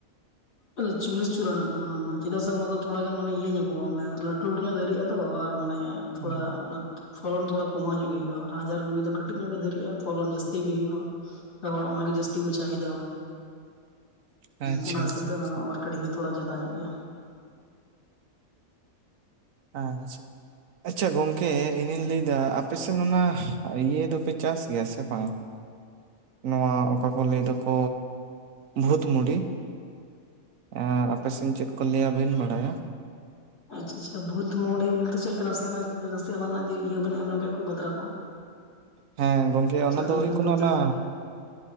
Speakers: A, on the left (about 55°); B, on the right (about 70°).
A: ᱜᱮ ᱪᱩᱞᱞᱤᱥ ᱪᱩᱨᱟᱱᱚᱵᱵᱚᱭ ᱚᱱᱟ ᱨᱮᱱᱟᱜ, ᱪᱮᱫᱟᱜ ᱥᱮ ᱚᱱᱟ ᱫᱚ ᱛᱷᱚᱲᱟ ᱜᱟᱱ ᱢᱟᱱᱮ ᱤᱭᱟᱹ ᱧᱚᱜᱚᱜ-ᱟ ᱢᱟᱱᱮ ᱞᱟᱹᱴᱩ ᱞᱟᱹᱴᱩ ᱧᱚᱜ ᱫᱟᱹᱨᱜᱼᱟ ᱛᱚ ᱟᱨ ᱢᱟᱱᱮ ᱛᱷᱚᱲᱟ
B: ᱦᱩᱸ
A: ᱚᱱᱟ ᱯᱷᱚᱞᱚᱱ ᱛᱷᱚᱲᱟ ᱠᱚᱢᱟᱟᱣ ᱧᱚᱜ ᱜᱮ ᱦᱩᱭᱩᱜᱼᱟ, ᱟᱨ ᱦᱟᱡᱟᱨ ᱵᱤᱵᱤ ᱫᱚ ᱠᱟᱹᱴᱤᱡ ᱧᱚᱜ ᱜᱮ ᱫᱟᱨᱮᱜᱼᱟ ᱯᱷᱚᱞᱚᱱ ᱡᱟᱥᱛᱤ ᱜᱮ ᱦᱩᱭᱩᱜᱼᱟ ᱾ ᱥᱮ ᱦᱚᱲ ᱚᱱᱟ ᱜᱮ ᱡᱟᱹᱥᱛᱤ ᱠᱚ ᱪᱟᱹᱦᱤᱫᱟᱣᱟ ᱾
B: <unintelligible> ᱟᱪᱪᱷᱟ
A: ᱚᱱᱟ ᱦᱤᱥᱟᱹᱱ
B: ᱟᱪᱪᱷᱟ
A: ᱛᱮ ᱚᱱᱟ ᱨᱮᱱᱟᱜ ᱢᱟᱨᱠᱮᱴᱤᱝ ᱫᱚ ᱛᱷᱚᱲᱟ ᱡᱟᱫᱟ ᱧᱚᱜ ᱜᱮᱭᱟ ᱾
B: ᱟᱪᱪᱷᱟ ᱾ ᱟᱪᱪᱷᱟ ᱜᱚᱝᱠᱮ ᱤᱧᱤᱧ ᱞᱟᱹᱭ ᱮᱫᱟ ᱟᱯᱮ ᱥᱮᱱ ᱚᱱᱟ ᱤᱭᱟᱹ ᱫᱚᱯᱮ ᱪᱟᱥ ᱜᱮᱭᱟ ᱥᱮ ᱵᱟᱝ? ᱱᱚᱣᱟ ᱚᱠᱟ ᱠᱚ ᱞᱟᱹᱭ ᱫᱟᱠᱚ ᱵᱷᱩᱛᱢᱩᱲᱤ ᱟᱨ ᱟᱯᱮ ᱥᱮᱱ ᱪᱮᱫ ᱠᱚ ᱞᱟᱹᱭᱟ ᱵᱟᱹᱧ ᱵᱟᱲᱟᱭᱟ?
A: ᱟᱪᱪᱷᱟ ᱟᱪᱪᱷᱟ ᱵᱷᱩᱛ ᱢᱩᱲᱤ ᱵᱚᱞᱛᱮ ᱪᱮᱫ ᱞᱮᱠᱟ? ᱱᱟᱥᱮᱭᱟᱜ ᱱᱟᱥᱮᱭᱟᱜ ᱚᱱᱟ ᱨᱮᱱᱟᱜ ᱡᱩᱫᱤ ᱤᱭᱟᱹ ᱵᱮᱱ ᱮᱢ ᱞᱮᱠᱷᱟᱱ ᱠᱷᱩᱵ ᱵᱟᱛᱨᱟ ᱠᱚᱜᱼᱟ ᱾
B: ᱦᱮᱸ ᱜᱚᱝᱠᱮ ᱚᱱᱟ ᱫᱚ
A: ᱡᱩᱫᱤᱢ
B: ᱦᱩᱭᱩᱜ ᱠᱟᱱᱟ
A: ᱵᱩᱡᱽ
B: ᱚᱱᱟ
A: ᱫᱟᱲᱮᱭᱟᱜ